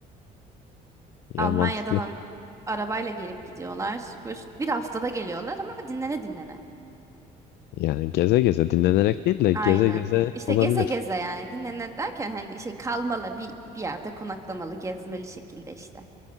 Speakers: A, on the right (about 20°); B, on the left (about 75°).
A: <laughs>
B: ya
A: Almanya'dan
B: mantıklı.
A: am- arabayla gelip gidiyorlar. Üç, bir haftada geliyorlar ama dinlene dinlene.
B: Yani geze geze dinlenerek değil de
A: Aynen.
B: geze geze
A: İşte
B: olabilir.
A: geze geze yani dinlene derken hani şey kalmalı bir, bir yerde konaklamalı gezmeli şekilde işte.